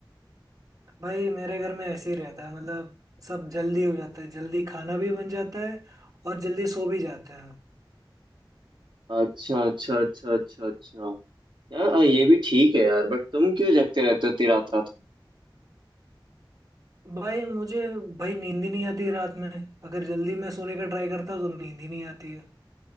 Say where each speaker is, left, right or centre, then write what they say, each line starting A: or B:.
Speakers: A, on the right (about 45°); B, on the right (about 70°).
A: भाई मेरे घर में ऐसे ही रहता है मतलब सब जल्दी हो जाता है जल्दी खाना भी बन जाता है और जल्दी सो भी जाते हैं
B: अच्छा अच्छा अच्छा अच्छा अच्छा यार आ, ये भी ठीक है यार बट तुम क्यों जगते रहते हो इतनी रात रात में
A: भाई मुझे भाई नींद ही नहीं आती रात में अगर जल्दी मैं सोने का ट्राई करता तो नींद ही नहीं आती है।